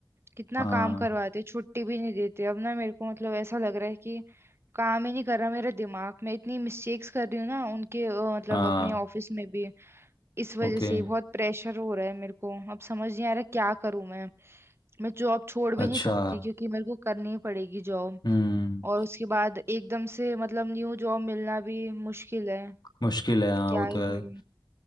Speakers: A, on the right; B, on the left.
A: कितना
B: हाँ
A: काम करवाते हैं छुट्टी भी नहीं देते अब ना मेरे को मतलब ऐसा लग रहा है कि काम ही नहीं कर रहा मेरा दिमाग मैं इतनी मिस्टेक्स कर रही हूँ ना उनके अ, मतलब
B: हाँ
A: अपने ऑफिस में भी इस वजह
B: ओके
A: से बहुत प्रेशर हो रहा है मेरे को अब समझ नहीं आ रहा क्या करूं मैं मैं जॉब छोड़ भी
B: अच्छा
A: नहीं सकती क्योंकि मेरे को करनी ही पड़ेगी जॉब
B: हम्म
A: और उसके बाद एकदम से मतलब न्यू जॉब मिलना भी मुश्किल है
B: मुश्किल है हाँ
A: क्या
B: वो
A: ही
B: तो है
A: करूं